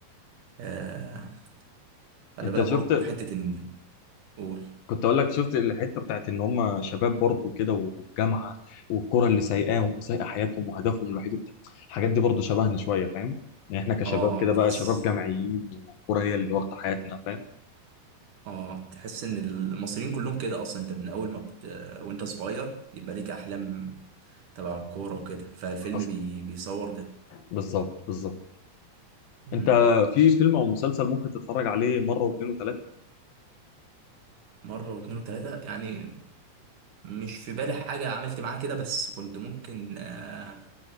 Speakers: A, on the right; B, on the left.
A: آه خلي
B: انت
A: بالك
B: شفت
A: برضه حتة إن قول
B: كنت اقول لك شفت الحته بتاعت ان هم شباب برضه كده والجامعه والكره اللي سايقاهم وسايقه حياتهم وهدفهم الوحيد وبتاع الحاجات دي برضه شبهنا شويه فاهم يعني احنا كشباب
A: اه
B: كده
A: تحس
B: بقى شباب جامعيين والكره هي اللي واخده حياتنا فاهم
A: اه تحس إن المصريين كلهم كده أصلا أنت من أول ما بت... وأنت صغير يبقى ليك أحلام تبع الكورة وكده فالفيلم
B: حصل
A: بي... بيصور ده
B: بالظبط بالظبط
A: مم.
B: انت في فيلم او مسلسل ممكن تتفرج عليه مره واثنين وثلاثه
A: مرة واتنين وتلاتة يعني مش في بالي حاجة عملت معاه كده بس كنت ممكن آه